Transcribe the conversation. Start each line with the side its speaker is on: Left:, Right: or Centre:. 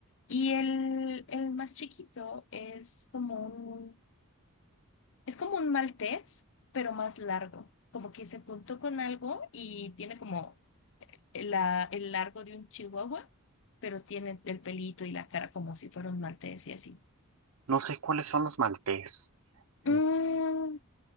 Left: Y el, el más chiquito es como un Es como un maltés, pero más largo. Como que se juntó con algo y tiene como la- el largo de un chihuahua, pero tiene el pelito y la cara como si fuera un maltés y así.
Right: No sé cuáles son los maltés. Eh,
Left: Mm,